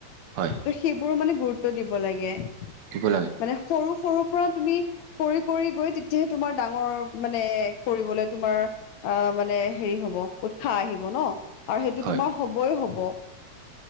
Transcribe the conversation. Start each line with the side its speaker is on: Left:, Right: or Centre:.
Right: হয়
Left: ত সেইবোৰো মানে গুৰুত্ব দিব লাগে।
Right: দিব লাগে
Left: মানে সৰু সৰু পৰা তুমি কৰি কৰি গৈ তেতিয়াহে তোমাৰ ডাঙৰ মানে কৰিবলে তোমাৰ আ মানে হেৰি হব উৎসাহ আহিব ন আৰু সেইটো
Right: হয়
Left: তোমাৰ হবই হব।